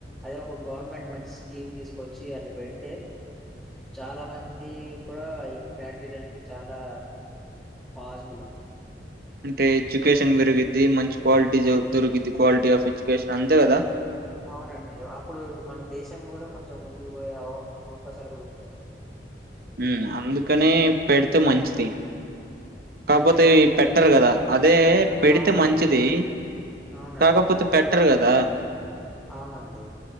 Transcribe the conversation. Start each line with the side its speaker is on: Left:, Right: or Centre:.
Centre: అదే ఒక గవర్నమెంట్ మంచి స్కీమ్ తీసుకొచ్చి అట్లా పెడితే చాలామంది కూడా ఈ క్రాక్ తీయటానికి చాలా పాజిబుల్ ఉందండి
Right: అంటే ఎడ్యుకేషన్ పెరిగిద్ది మంచి క్వాలిటీ దొరికిద్ది క్వాలిటీ ఆఫ్ ఎడ్యుకేషన్ అంతే కదా
Centre: అవునా అవునండి అప్పుడు మన దేశం కూడా కొంచెం ముందుకు పోయే అవ అవకాశాలు కూడా ఉంటాయండి
Right: మ్ అందుకనే పెడితే మంచిది కాపోతే
Centre: అండి
Right: పెట్టారు కదా అదే పెడితే
Centre: అవునండి
Right: మంచిది
Centre: అవునండి
Right: కాకపోతే పెట్టరు గదా!
Centre: అవునండి